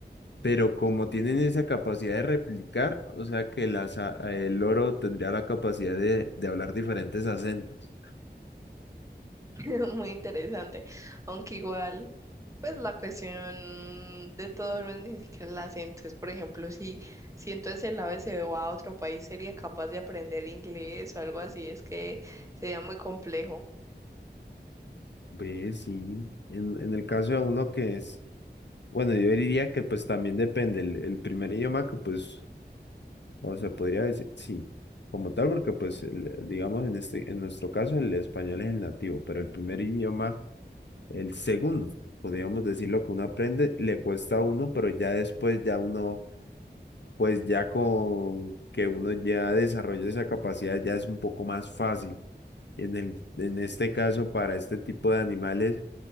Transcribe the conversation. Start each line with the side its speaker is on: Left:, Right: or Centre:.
Left: pero como tienen esa capacidad de replicar, o sea que las, a- el loro tendría la capacidad de, de hablar diferentes acentos.
Right: <laughs> Muy interesante, aunque igual, pues la cuestión de todo no es ni siquiera el acento, es por ejemplo, si, si entonces el ave se va a otro país, sería capaz de aprender inglés o algo así, es que sería muy complejo.
Left: Ve, sí. En, en el caso de uno que es, bueno, yo diría que pues también depende el, el primer idioma que pues, o se podría decir, sí, como tal, porque pues, el- digamos, en este, en nuestro caso el español es el nativo, pero el primer idioma, el segundo, podríamos decirlo que uno aprende, le cuesta a uno, pero ya después ya uno pues ya con que uno ya desarrolla esa capacidad ya es un poco más fácil. En el, en este caso, para este tipo de animales,